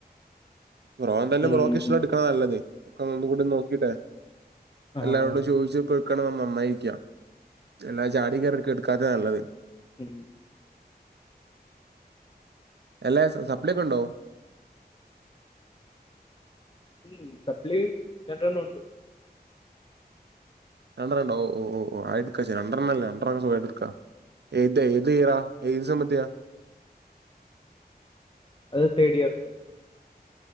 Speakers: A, on the right; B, on the left.
A: ബ്രോ എന്തായാലും
B: ഉം
A: ബ്രോക്ക് ഇഷ്ടം ഇള്ളെ ഇട്ക്ക്ണാ നല്ലെത് ഒക്കെ ഒന്നു കൂടി നോക്കീട്ടെയ്
B: ആഹ്
A: എല്ലാരോടും ചോയി ഇജ്ജും ഇപ്പ ഇട്ക്കെണം പർണെ നന്നായിര്ക്ക്യാ എല്ലാ ചാടി കെറി ഇട്ക്കാത്തെതാ നല്ലെത്
B: ഉം
A: അല്ലാ സപ്ലി ഒക്കെ ഇണ്ടോ?
B: ഉം സപ്ലൈളി രണ്ട് എണ്ണം ഉണ്ട്
A: രണ്ടെണ്ണം ഓ ഓ ഓ ആ എടുക്കാം രണ്ടെണ്ണം നല്ലേ രണ്ടെണ്ണംസുഖമായിട്ട് എടുക്കാം ഏത് ഏത് ഈയറാ ഏത് സെമ്മത്തയ
B: അത് തേടിയർന്